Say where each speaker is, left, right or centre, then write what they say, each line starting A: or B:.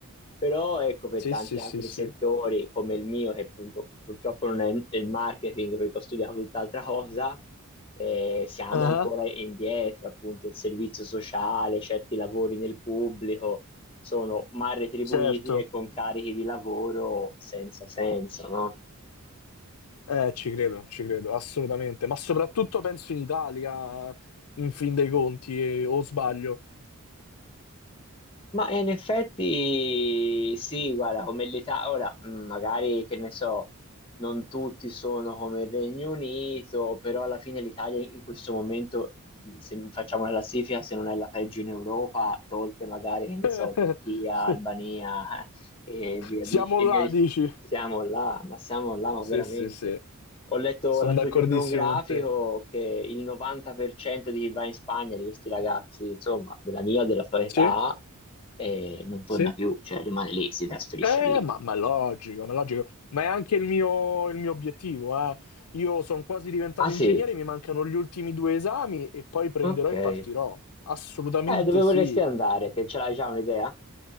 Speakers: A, on the left; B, on the left.
A: però ecco per
B: Sì,
A: tanti
B: sì,
A: altri
B: sì, sì.
A: settori come il mio, che appunto purtroppo non è il marketing perché ho studiato tutt'altra cosa, eh, siamo
B: Ah,
A: ancora indietro, appunto, il servizio sociale, certi lavori nel pubblico sono mal retribuiti
B: certo.
A: e con carichi di lavoro senza senso, no?
B: Eh, ci credo, ci credo, assolutamente. Ma soprattutto penso in Italia, in fin dei conti, eh, o sbaglio.
A: Ma eh, in effetti sì, guarda, come l'Italia, ora mh, magari che ne so, non tutti sono come il Regno Unito, però alla fine l'Italia in questo momento, mh, se facciamo una classifica, se non è la peggio in Europa, tolte magari, che ne
B: <laughs>
A: so, Turchia, Albania eh, e via,
B: Siamo
A: di- e
B: là,
A: via di-
B: dici?
A: Siamo là, ma siamo là, ma
B: Sì,
A: veramente.
B: sì, sì,
A: Ho letto
B: sono
A: l'altro
B: d'accordissimo
A: giorno un grafico
B: con te.
A: che il 90% di chi va in Spagna, di questi ragazzi, insomma, della mia, della tua età,
B: Sì,
A: e non torna
B: sì.
A: più, cioè rimane lì, si trasferisce
B: Eh,
A: lì.
B: ma, ma è logico, ma è logico. Ma è anche il mio, il mio obiettivo, eh. Io sono quasi diventato
A: Ah
B: ingegnere,
A: sì,
B: mi mancano gli ultimi due esami e poi prenderò
A: ok.
B: e
A: Eh,
B: partirò. Assolutamente
A: dove vorresti
B: sì.
A: andare? Te ce l'hai già un'idea?